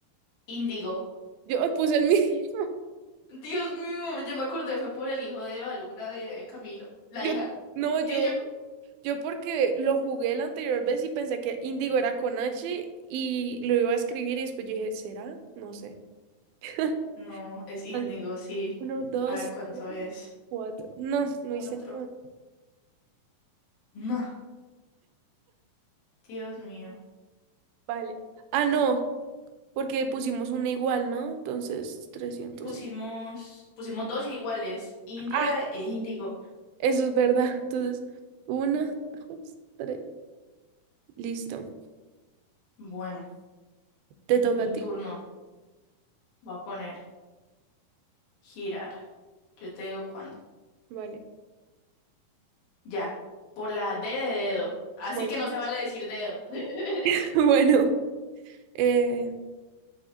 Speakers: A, on the left; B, on the right.
A: Índigo.
B: yo puse el mismo.
A: Dios mío, yo me acordé, fue por el hijo de Baluna de Camilo,
B: <laughs>
A: la
B: Yo,
A: hija.
B: no, yo
A: Y yo.
B: Yo porque lo jugué la anterior vez y pensé que Indigo era con H y lo iba a escribir y después yo dije, ¿será? No sé. <laughs>
A: No, es Índigo,
B: Al-
A: sí.
B: Uno, dos,
A: A ver cuánto es.
B: cuatro. No, no
A: Cuatro.
B: hice nada.
A: No, Dios mío.
B: Vale. Ah, no, porque pusimos una igual, ¿no? Entonces, trescientos
A: Pusimos, pusimos dos iguales, India
B: Ah,
A: e Índigo.
B: eso es verdad. <laughs> Entonces, uno dos, tres. Listo.
A: Bueno,
B: Te toca
A: mi
B: a ti.
A: turno. Voy a poner girar. Yo te digo cuándo.
B: Vale.
A: Ya, por la D de dedo. Así
B: Bueno,
A: que no se vale decir dedo. <laughs>
B: <laughs> bueno. eh,